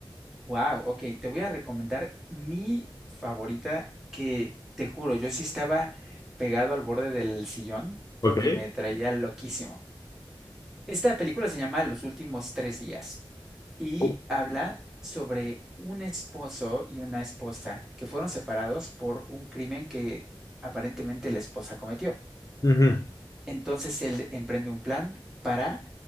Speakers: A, in the centre; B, on the left.
A: Wow, ok, te voy a recomendar mi favorita que te juro, yo sí estaba pegado al borde del sillón
B: Ok.
A: porque me traía loquísimo. Esta película se llama Los últimos tres días y
B: U-
A: habla sobre un esposo y una esposa que fueron separados por un crimen que aparentemente la esposa cometió.
B: Ujú.
A: Entonces él emprende un plan para